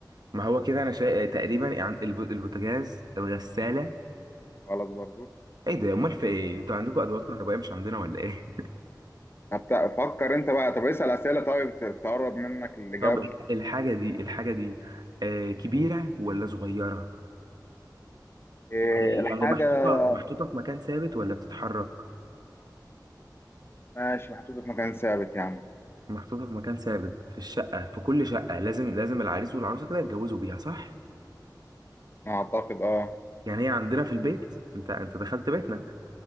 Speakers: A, on the right (about 60°); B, on the left (about 30°).
A: ما هو كده انا شا... تقريبا يعني الب- البوتاجاز الغساله
B: غلط برضو
A: ايه ده امال في ايه انتوا عندكم ادوات كهربائيه مش عندنا ولا ايه <laughs>
B: طب تع- فكر أنت بقى طب اسأل أسئلة طيب ت- تقرب منك الإجابة
A: طب الحاجه دي الحاجه دي آه كبيره ولا صغيره
B: إيه
A: يعني
B: الحاجة
A: يعني محطوطه محطوطه في مكان ثابت ولا بتتحرك
B: ماشي محطوطة في مكان ثابت يا عم
A: محطوطه في مكان ثابت في الشقه في كل شقه لازم لازم العريس والعروسه كده يتجوزوا بيها صح
B: أعتقد أه
A: يعني هي عندنا في البيت انت انت دخلت بيتنا